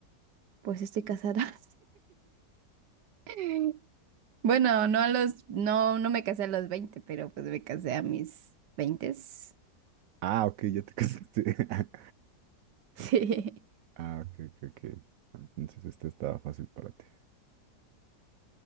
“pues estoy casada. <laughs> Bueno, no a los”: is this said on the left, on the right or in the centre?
Right